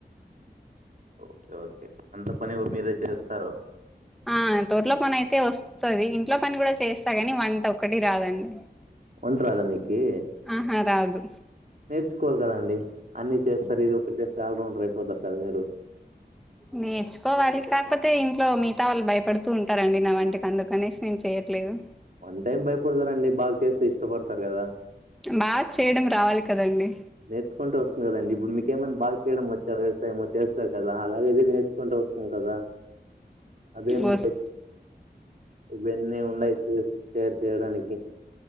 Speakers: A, on the right (about 55°); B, in the centre.
A: ఓకే ఓకే అంత పని గుడ్ మీరే చేస్తారు
B: ఆ తోటలో పనైతే వస్తుది ఇంట్లో పని గూడా చేస్తా గాని వంట ఒక్కటి రాదండి
A: వంట్ రాదా మీకి
B: ఆహా రాదు
A: నేర్చుకోవాలి గదండి అన్నీ చేస్తారు ఇదొకటి చేస్తే ఆల్రౌండర్ అయిపోతారు కద మీరు
B: నేర్చుకోవాలి కాకపోతే ఇంట్లో మిగతా వాళ్ళు భయపడుతూ ఉంటారండి నా వంటికి అందుకనేసి నేను చేయట్లేదు.
A: వన్ టైం భయపడతారండి బాగ్ చేస్తే ఇష్టపడతారు కదా
B: బా చేయడం రావాలి కదండి
A: నేర్చుకుంటే వస్తుంది గదండి ఇప్పుడు మీకేమనా బాగ్ చేయడం వచ్చా వ్యవసాయము చేస్తారు కదా అలాగిది నేర్చ్ కుంటే వస్తుంది కదా అదేమో
B: వస్
A: ఇబుడన్నీ ఉన్నాయి షేర్ చేయడానికి